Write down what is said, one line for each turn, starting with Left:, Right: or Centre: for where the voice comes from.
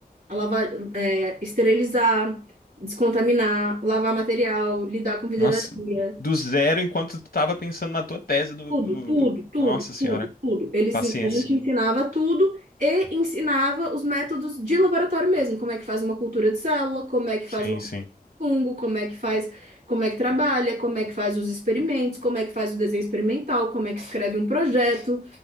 Right: a lavar, é, esterilizar, descontaminar, lavar material, lidar com vidraria.
Left: Nossa, do zero enquanto tu tava pensando na tua tese do,
Right: Tudo, tudo,
Left: do, do-
Right: tudo,
Left: Nossa senhora.
Right: tudo, tudo. Eles,
Left: Paciência.
Right: en- a gente ensinava tudo e ensinava os métodos de laboratório mesmo, como é que faz uma cultura de célula, como é que faz
Left: Sim,
Right: um
Left: sim.
Right: fungo, como é que faz, como é que trabalha, como é que faz os experimentos, como é que faz o desenho experimental, como é que escreve um projeto.